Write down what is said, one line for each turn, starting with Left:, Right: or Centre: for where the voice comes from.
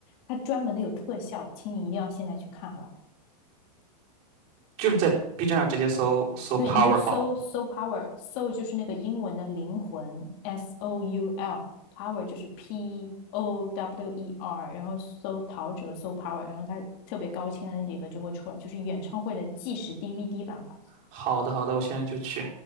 Left: 他专门的有特效，请你一定要现在去看，好吧？
Right: 就是在 B 站上直接搜搜
Left: 对，
Right: Powerful。
Left: 你就搜搜 p o w e r 搜就是那个英文的灵魂，S O U L，power 就是 P O W E R，然后搜陶喆，搜 power，然后它特别高清的那几个就会出来，就是演唱会的计时 DVD 版吧。
Right: 好的好的，我现在就去。